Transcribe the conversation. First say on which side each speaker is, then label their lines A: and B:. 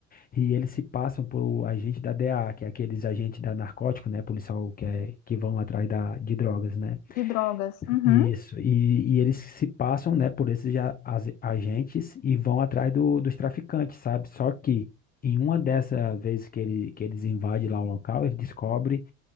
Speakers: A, on the left; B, on the left.
A: E eles se passam por agente da DEA, que é aqueles agentes da narcótico, né, policial que, é, que vão atrás da, de drogas, né?
B: De drogas. Uhum.
A: Isso. E, e eles se passam, né, por esses a- as- agentes e vão atrás do, dos traficantes, sabe? Só que em uma dessas vezes que ele, que eles invadem lá o local, ele descobre